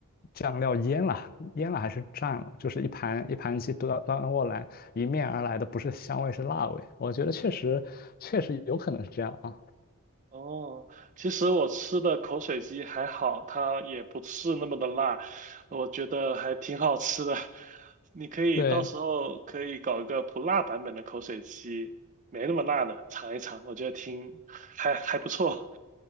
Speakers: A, on the left; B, on the right.
A: 酱料腌了，腌了还是蘸了，就是一盘一盘鸡端端过来，迎面而来的不是香味，是辣味。我觉得确实确实有可能是这样啊。
B: 哦，其实我吃的口水鸡还好，它也不是那么的辣，我觉得还挺好吃的。你可以到时候可以搞一个不辣版本的口水鸡，
A: 对。
B: 没那么辣的，尝一尝，我觉得挺还还不错。